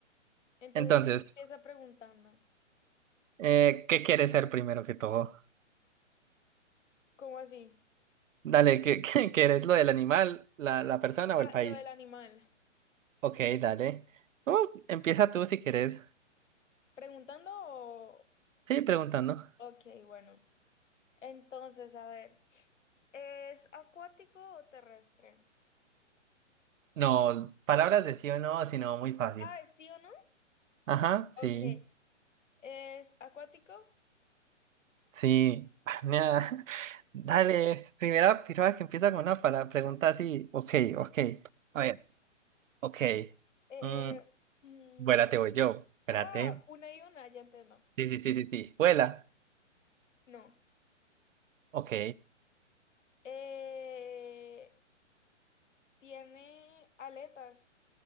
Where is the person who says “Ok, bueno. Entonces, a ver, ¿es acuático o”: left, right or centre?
Left